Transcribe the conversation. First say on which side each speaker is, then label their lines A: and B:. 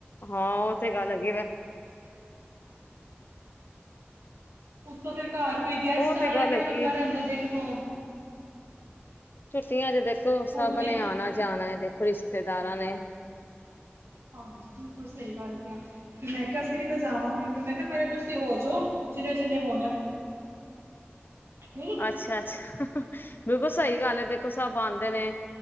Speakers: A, on the left (about 55°); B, on the right (about 85°).
A: ਹਾਂ ਉਹ ਤੇ ਗੱਲ ਹੈਗੀ ਵ
B: ਉ ਤੋਂ ਫਿਰ? ਘਰ ਕੋਈ ਗੈਸਟ
A: ਉਹ ਤੇ
B: ਆਇਆ-ਗਿਆ
A: ਗੱਲ ਹੈਗੀ
B: ਲੱਗਾ
A: ਏ।
B: ਰਹਿੰਦਾ, ਦੇਖੋ।
A: ਛੁੱਟੀਆਂ ਸਭ
B: ਹੁਣ ਵੀ
A: ਨੇ ਆਉਣਾ-ਜਾਣਾ ਇਹਦੇ। ਰਿਸ਼ਤੇਦਾਰਾਂ ਨੇ।
B: ਹਾਂਜੀ ਬਿਲਕੁਲ ਸਹੀ ਗੱਲ ਮੈਂ ਕਿਹਾ ਵੀ ਤਾਂ ਜਾਵਾਂਗੇ। ਫਿਰ ਮੈਂ ਕਿਹਾ, ਪਹਲੇ ਤੁਸੀਂ ਤੇ ਹੋਜੋ, ਜਿਹਨੇ-ਜਿਹਨੇ ਹੋ ਨਹੀਂ
A: ਅੱਛਾ, ਅੱਛਾ। ਬਿਲਕੁਲ ਸਹੀ ਗੱਲ ਹੈ, ਦੇਖੋ ਸਭ ਆਉਂਦੇ ਨੇ।